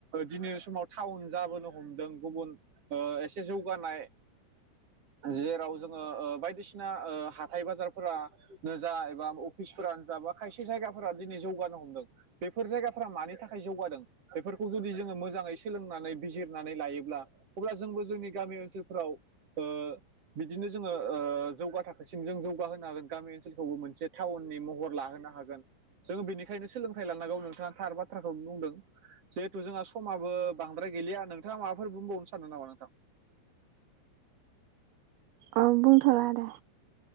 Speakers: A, on the right (about 35°); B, on the right (about 80°).
A: दिनै समाव टाउन जाबोनो हमदों गुबुन ओ एसे जौगानाय जिराव जोङो ओ बायदिसिना ओ हाथाय बाजारफोरानो जा एबा अफिसफोरानो जा बा खायसे जायगाफोरा दिनै जौगानो हमदों। बेफोर जायगाफ्रा मानि थाखाय जौगादों बेफोरखौ जुदि जोङो मोजाङै सोलोंनानै बिजिरनानै लायोब्ला अब्ला जोंबो जोंनि गामि ओनसोलफोराव ओ बिदिनो जोङो ओ जौगा था थाखोसिम जों जौगाहोनो हागोन गामि ओनसोलखौबो मोनसे टाउननि महर लाहोनो हागोन। जोङो बेनिखायनो सोलोंथाइ लानांगौ नोंथाङा थार बाथ्राखौ बुंदों। जिहेथु जोंहा समाबो बांद्राय गैलिया नोंथाङा माबाफोर बुंबावनो सानो नामा नोंथां।
B: आं बुंथ'ला दे।